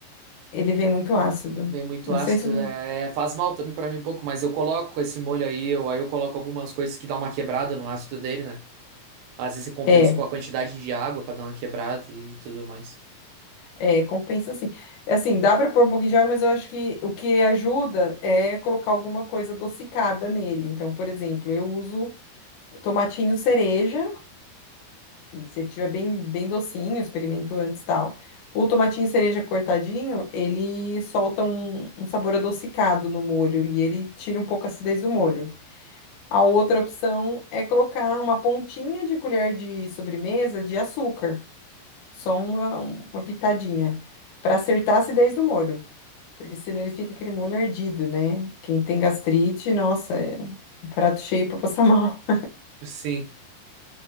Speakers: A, on the left; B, on the right.
A: Ele vem muito ácido.
B: vem muito
A: Não
B: ácido.
A: sei se.
B: É, é, faz mal também pra mim um pouco, mas eu coloco esse molho aí, eu, aí eu coloco algumas coisas que dá uma quebrada no ácido dele, né? Às vezes eu compenso
A: É,
B: com a quantidade de água pra dar uma quebrada e tudo mais.
A: é, compensa assim. Assim, dá para pôr um pouquinho de água, mas eu acho que o que ajuda é colocar alguma coisa adocicada nele. Então, por exemplo, eu uso tomatinho cereja, se ele tiver bem, bem docinho, experimento antes e tal. O tomatinho cereja cortadinho, ele solta um, um sabor adocicado no molho e ele tira um pouco a acidez do molho. A outra opção é colocar uma pontinha de colher de sobremesa de açúcar. Só uma, uma pitadinha. Para acertar a acidez do molho. Porque senão ele fica aquele molho ardido, né? Quem tem gastrite, nossa, é um prato cheio para passar <laughs> mal.
B: Sim.